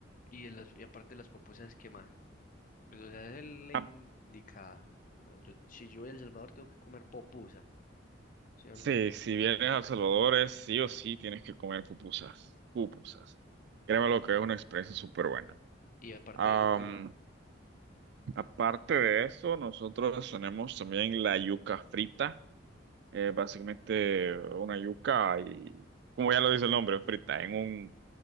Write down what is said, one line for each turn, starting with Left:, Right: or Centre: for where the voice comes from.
Left: y, de las, y aparte de las pupusas, ¿qué más? Pues, o sea, es la
Right: Ah,
Left: indicada. O sea, yo, si yo voy a El Salvador tengo que comer popusa, ¿sí o
Right: sí,
Left: no?
Right: si vienes a El Salvador, es sí o sí tienes que comer pupusas, pupusas.
Left: Ujú.
Right: Créeme lo que es una experiencia súper buena.
Left: Y aparte
Right: Am,
Left: de eso, ¿cuál más?
Right: aparte de eso, nosotros tenemos también la yuca frita, eh, básicamente una yuca y como ya lo dice el nombre, frita en un